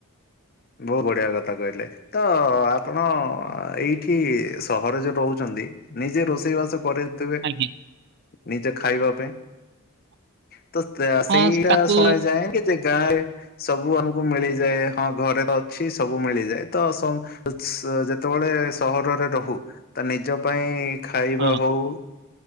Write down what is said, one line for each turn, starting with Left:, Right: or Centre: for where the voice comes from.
Left: ବୋହୁତ ବଢିଆ କଥା କହିଲେ ତ ଆପଣ ଏଇଠି ସହରେ ଯେହେତୁ ରହୁଚନ୍ ନ୍ତି ନିଜେ ରୋଷେଇ ବାସ କରିଥିବେ
Right: ଆଜ୍ଞା।
Left: ନିଜେ ଖାଇବା ପାଇଁ? ତ ତା
Right: ହଁ
Left: ସେଇଟା
Right: ତାକୁ
Left: ଶୁଣଯାଏ କି ଯେ ଗାଁରେ ସବୁ ଆମୁକୁ ମିଳିଯାଏ ହଁ ଘରେ ଅଛି ସବୁ ମିଳିଯାଏ ତ ସ ଅସ୍ ଯେତେବେଳେ ସହରରେ ରହୁ ତ ନିଜ ପା ପାଇଁ ଖାଇବା
Right: ହଁ
Left: ହୋଉ